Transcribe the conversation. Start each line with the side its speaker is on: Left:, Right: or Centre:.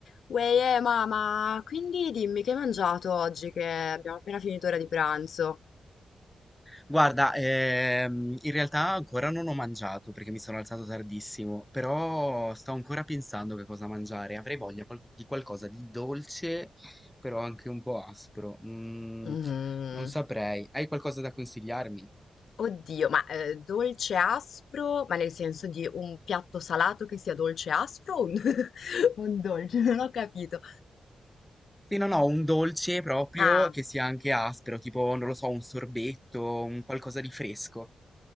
Left: Uè, eh, mamma, quindi dimmi che hai mangiato oggi che abbiamo appena finito ora di pranzo.
Centre: Guarda, ehm, in realtà ancora non ho mangiato perché mi sono alzato tardissimo, però sto ancora pensando che cosa mangiare. Avrei voglia qual- di qualcosa di dolce, però anche un po' aspro. Mm,
Left: Mhm.
Centre: non saprei. Hai qualcosa da consigliarmi?
Left: Oddio, ma eh, dolce aspro, ma nel senso di un piatto salato che sia dolce aspro o un, <laughs> un dolce? Non ho capito.
Centre: Sì, no, no, un dolce proprio
Left: Ah.
Centre: che sia anche aspro, tipo, non lo so, un sorbetto, un qualcosa di fresco.